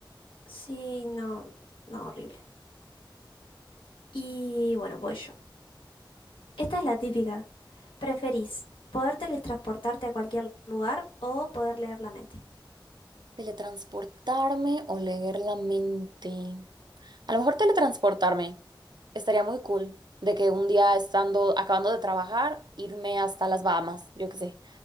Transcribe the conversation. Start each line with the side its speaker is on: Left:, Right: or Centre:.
Left: Sí, no, no, horrible. Y bueno, voy yo. Esta es la típica. ¿Preferís poder teletransportarte a cualquier lugar o poder leer la mente?
Right: ¿Teletransportarme o leer la mente? A lo mejor teletransportarme estaría muy cool. De que un día estando, acabando de trabajar, irme hasta las Bahamas, yo qué sé,